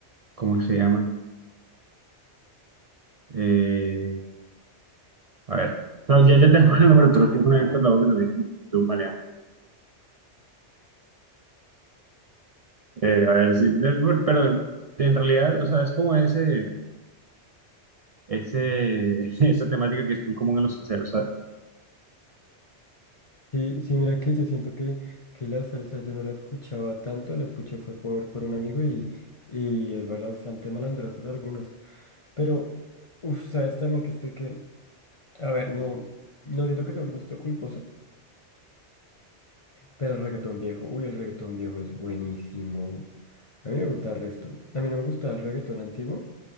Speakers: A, on the right (about 50°); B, on the left (about 40°).
A: ¿cómo se llama? Eh, a ver, no, ya, ya tengo el nombre, pero tiene una de Héctor Lavoe que también es como de un maleante. Eh, a ver, sí, de- pero en realidad, o sea, es como ese ese, <laughs> esa temática que es muy común en los salseros, ¿sabes?
B: Sí, sí, mira que yo siento que, que la salsa yo no la escuchaba tanto, la escuché fue por, por un amigo y, y es bastante malandrosas algunas. Pero, uff, sabes también que estoy que, a ver, no, no siento que sea un gusto culposo, pero el reggaetón viejo, uy, el reggaetón viejo es buenísimo. A mí me gusta el resto. A mí no me gustaba el reggaetón antiguo,